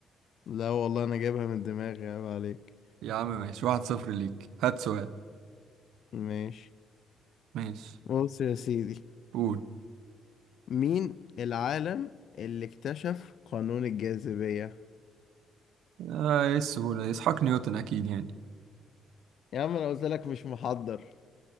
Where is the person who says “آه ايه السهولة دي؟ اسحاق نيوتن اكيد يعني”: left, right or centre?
Right